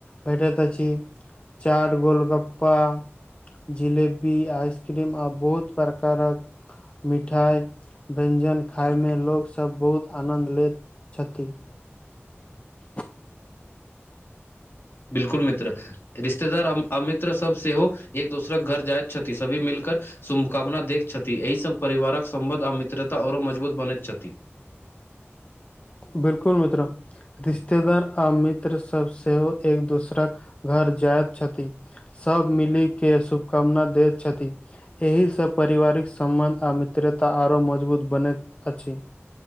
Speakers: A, on the left (about 25°); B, on the left (about 55°).
A: भेटैत अछि। चाट गोलगप्पा- जिलेबी आइसक्रीम आ बहुत प्रकारक मिठाइ व्यञ्जन
B: छथि
A: खायमे लोकसभ बहुत आनन्द लैत छथि। <inaudible>
B: बिलकुल मित्र रिश्तेदार आ -अमित्र सब सेहो एक दोसर के घर जाइत छथि। सभी मिलकर- शुभकामना देख छथि। एहि सङ्ग परिवारक सम्बन्ध आ मित्रता आओरो मजबूत बनैत छथि।
A: बिलकुल मित्र रिश्तेदार आ मित्र सब सेहो एक दोसराक घर जाइत छथि। सब मिली के शुभकामना दैत छथि। एहिसँ परिवारिक सम्बन्ध आ मित्रता आरो मजबूत बनैत अछि।